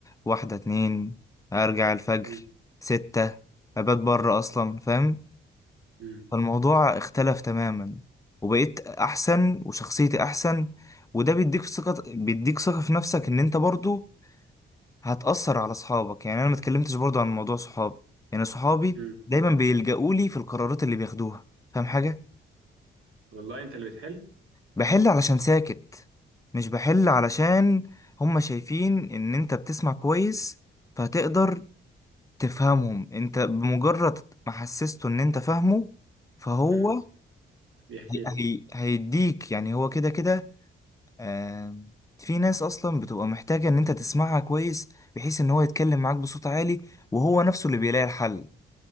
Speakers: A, on the left; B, on the right.
A: واحدة اتنين ارجع الفجر
B: امم
A: ستة ابات بره اصلا فاهم
B: امم
A: فالموضوع اختلف تماما وبقيت احسن وشخصيتي احسن وده بيديك ثقة بيديك ثقة في نفسك ان انت برضو هتأثر على صحابك يعني انا ما اتكلمتش برضو عن موضوع صحابي يعني صحابي
B: امم
A: دايما بيلجأوا لي في القرارات اللي بياخدوها فاهم حاجة
B: والله انت اللي بتحل
A: بحل علشان ساكت مش بحل علشان هما شايفين ان انت بتسمع كويس فهتقدر تفهمهم انت بمجرد ما حسسته ان انت فاهمه فهو
B: امم بيحكي
A: هي
B: لك
A: هي هيديك يعني هو كده كده آه في ناس اصلا بتبقى محتاجة ان انت تسمعها كويس بحيث ان هو يتكلم معاك بصوت عالي وهو نفسه اللي بيلاقي الحل